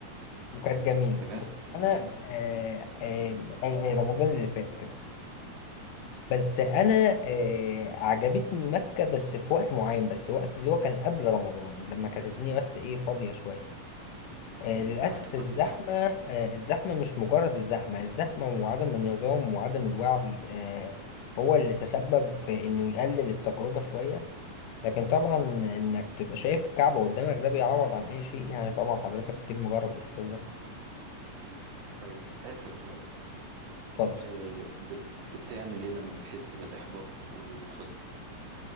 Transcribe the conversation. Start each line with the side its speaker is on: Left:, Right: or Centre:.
Left: وكانت جميله
Right: بجد
Left: بس انا
Right: من إمتى؟
Left: آه آه آه رمضان اللي فات كده بس انا آه عجبتني مكة بس في وقت معين بس وقت اللي هو كان قبل رمضان لما كانت الدنيا بس ايه فاضية شوية آه
Right: مم،
Left: للأسف
Right: أنت رحت في
Left: الزحمة
Right: وقت الزحمة
Left: آه الزحمة مش مجرد الزحمة الزحمة وعدم النظام وعدم الوعي آه هو اللي تسبب في انه يقلل التجربة شوية لكن طبعا انك تبقى شايف الكعبة قدامك ده بيعوض عن اي شيء يعني طبعا حضرتك اكيد مجرب الاحساس ده
Right: آه، أكيد طيب آخر سؤال
Left: اتفضل
Right: آه، بت- بتعمل إيه لما بتحس بالإحباط والحزن؟